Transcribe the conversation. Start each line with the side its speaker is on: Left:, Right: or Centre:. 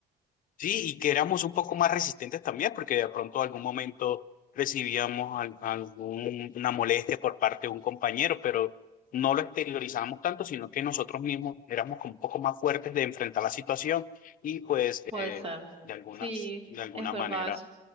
Left: Sí, y que éramos un poco más resistentes también, porque de pronto algún momento recibíamos al- alguna molestia por parte de un compañero, pero no lo exteriorizábamos tanto, sino que nosotros mismos éramos como un poco más fuertes de enfrentar la situación y pues
Right: Puede
Left: eh,
Right: ser.
Left: de alguna,
Right: Sí,
Left: de alguna
Right: es verdad
Left: manera
Right: eso.